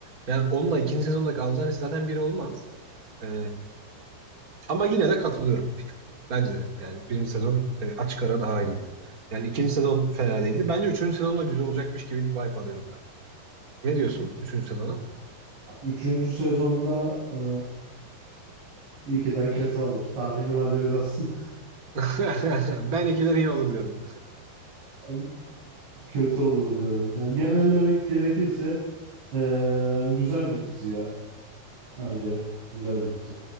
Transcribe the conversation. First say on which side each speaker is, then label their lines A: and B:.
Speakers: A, on the right; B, on the right.
A: Yani onunla ikinci sezondaki alacağın iş zaten biri olmaz. Ee, ama yine de katılıyorum. Bence de yani birinci sezon e, açık ara daha iyiydi. Yani ikinci sezon fena değildi. Bence üçüncü sezon da güzel olacakmış gibi bir vibe alıyorum ben. Ne diyorsun üçüncü sezona?
B: üçüncü sezonda eee ilkiden kötü olur. Tahminim hadi öyle olsun.
A: <laughs> Ben ikiler iyi olur diyorum.
B: <laughs> Ben kötü olur diyorum. Yani genellemek gerekirse eee, güzel bir dizi ya bence. Güzel bir dizi.